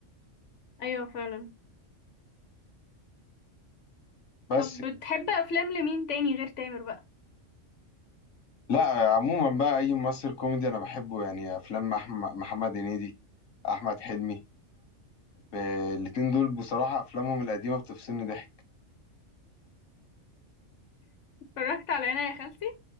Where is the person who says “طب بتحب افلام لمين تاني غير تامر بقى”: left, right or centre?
Left